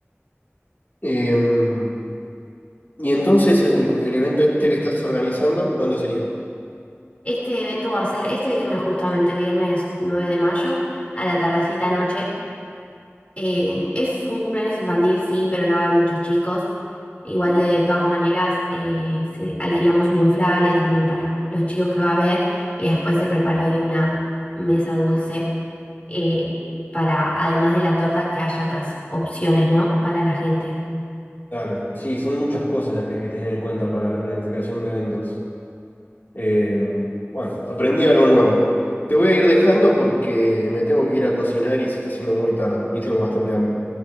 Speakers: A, on the left; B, on the left.
A: Em, y entonces el el evento este que estás organizando, ¿cuándo sería?
B: Este evento va a ser este viernes justamente, viernes 9 de mayo, a la tardecita noche. Eh, es un cumpleaños infantil, sí, pero no va a haber muchos chicos. Igual de todas maneras, eh, se- alquilamos un inflable también para los chicos que va a haber y después se preparó ahí una mesa dulce eh, para, además de la torta, que haya otras opciones, ¿no? Para la gente.
A: Claro, sí, son muchas cosas las que hay que tener en cuenta para la planificación de eventos. Eh, bueno, aprendí algo nuevo. Te voy a ir dejando porque me tengo que ir a cocinar y se está haciendo muy tarde y tengo bastante hambre.